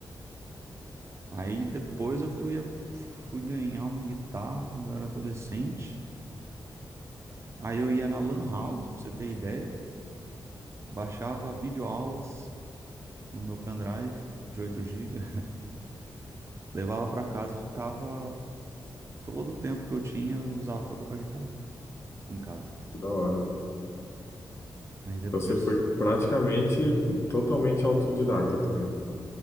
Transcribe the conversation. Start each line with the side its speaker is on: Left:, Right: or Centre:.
Right: Aí depois eu fui, a- fui ganhar uma guitarra quando eu era adolescente. Aí eu ia na Lan House, pra você ter ideia, baixava videoaulas no meu pendrive de 8 gigas, <laughs> levava para casa e ficava todo o tempo que eu tinha, eu usava pra tocar guitarra em casa.
Left: que da hora.
Right: Aí depois,
Left: Então você foi praticamente totalmente autodidata também.